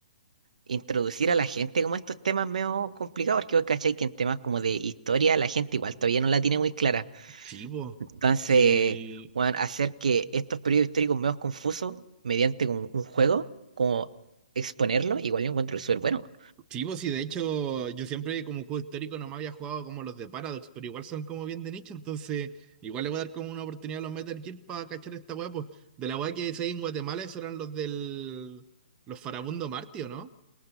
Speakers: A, on the right; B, on the right.
A: introducir a la gente como estos temas medio complicados, porque vos cachai que en temas como de historia la gente igual todavía no la tiene muy clara.
B: Sí, vos.
A: Entonces,
B: Sí,
A: weón, hacer que estos periodos históricos medio confusos mediante un, un juego, como exponerlo, igual yo encuentro súper bueno. weón.
B: sí, po, sí, de hecho, yo siempre como juego histórico no me había jugado como los de Paradox, pero igual son como bien de nicho, entonces igual le voy a dar como una oportunidad a los Metal Gear para cachar esta weá, pues. De la weá que decía en Guatemala, esos eran los del. los Farabundo Martí, ¿o no?